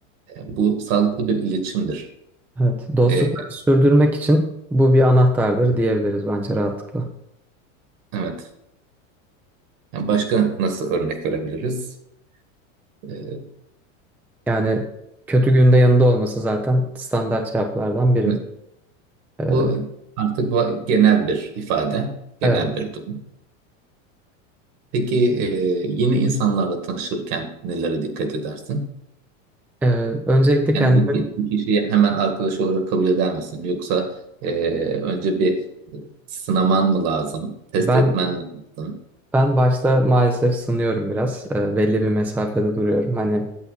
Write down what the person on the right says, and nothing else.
E, bu sağlıklı bir iletişimdir.
E,
evet. Yani başka nasıl örnek verebiliriz? E,
evet.
O artık va- genel bir ifade, genel
bir durum. Peki e, yeni insanlarla tanışırken nelere dikkat edersin?
Yani bir, bir bir kişiyi hemen arkadaş olarak kabul eder misin? Yoksa eee, önce bir sınaman mı lazım? Test
etmen mi lazım?